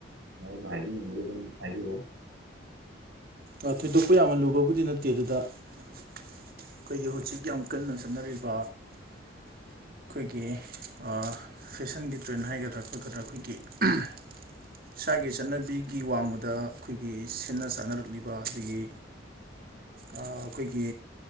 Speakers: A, on the right; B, on the right.
A: ꯃꯔꯨꯞꯅ ꯍꯥꯢꯕꯤꯅꯤꯡꯕꯗꯣ ꯑꯗꯨꯝ ꯍꯥꯢꯕꯤꯔꯛꯑꯣ
B: ꯑ ꯊꯣꯏꯗꯣꯛꯄ ꯌꯥꯝꯅ ꯂꯨꯕꯕꯨꯗꯤ ꯅꯠꯇꯦ ꯑꯗꯨꯗ ꯑꯩꯈꯣꯏꯒꯤ ꯍꯧꯖꯤꯛ ꯌꯥꯝ ꯀꯟꯅ ꯆꯠꯅꯔꯤꯕ ꯑꯩꯈꯣꯏꯒꯤ ꯑꯥ ꯐꯦꯁꯟꯒꯤ ꯇ꯭ꯔꯦꯟ ꯍꯥꯏꯒꯗ꯭ꯔꯥ ꯈꯣꯠꯀꯗ꯭ꯔꯥ ꯑꯩꯈꯣꯏꯒꯤ ꯍꯨꯝ ꯏꯁꯥꯒꯤ ꯆꯠꯅꯕꯤꯒꯤ ꯋꯥꯡꯃꯗ ꯑꯩꯈꯣꯏꯒꯤ ꯁꯦꯅ ꯆꯥꯅꯔꯛꯂꯤꯕ ꯑꯗꯒꯤ ꯑꯥ ꯑꯩꯈꯣꯏꯒꯤ